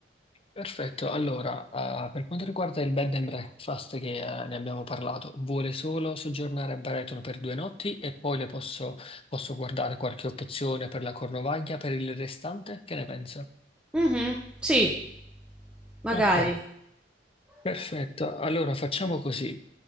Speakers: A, on the left; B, in the centre.
A: Perfetto. Allora, eh, per quanto riguarda il bed and breakfast che eh, ne abbiamo parlato, vuole solo soggiornare a Baretono per due notti e poi le posso, posso guardare qualche opzione per la Cornovaglia per il restante? Che ne pensa?
B: Mhm, sì, magari.
A: Ok, perfetto. Allora facciamo così.